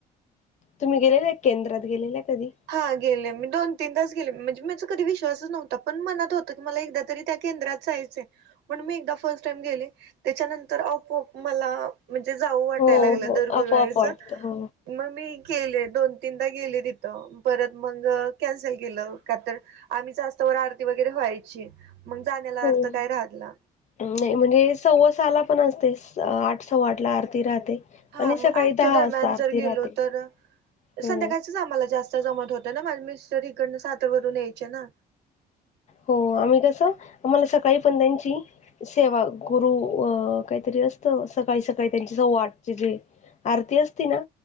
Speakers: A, on the left (about 45°); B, on the right (about 85°).
A: तुम्ही गेलेला आहे केंद्रात गेलेलं आहे कधी?
B: हा गेले मी दोन तीनदाच गेले, म्हणजे माझा कधी विश्वासच नव्हता. पणत होतं की, मला एकदा तरी त्या केंद्रात जाय पण मी एक फर्स्ट टाईम गेले, त्याच्यानंतर आपोआप अ मला म्हणजे जाऊ वाटाय
A: हो
B: लागलं
A: हो
B: दर गुरुवरचं.
A: आपोआप वाटत हो
B: मग मी गेले दोन तीनदा गेले तित तो परत मग कॅन्सल केलं, का तर आम्ही जाऊस तवर आरती वगैरे व्हायची. मग जाण्याला
A: हो.
B: अर्थ काय राहत ला.
A: नाही म्हणजे सव्वासाला पण असते, आठ सव्वा आठ ला आरती राहते.
B: हा
A: आणि
B: मग
A: सकाळी
B: आठच्या
A: दहा
B: दरम्यान
A: वाजता आरती
B: जर गेलो
A: राहते
B: तर,
A: हो
B: संध्याकाळचच आम्हाला जास्तं जमत होत. हो ना माझे मिस्टर इकडं साताऱ्यारून यायचे ना.
A: हो आम्ही कसं आम्हाला सकाळी पंधांची सेवा गुरु अ काहीतरी असतं, सकाळी सकाळी त्यांचे सव्वा आठचे जे आरती असती ना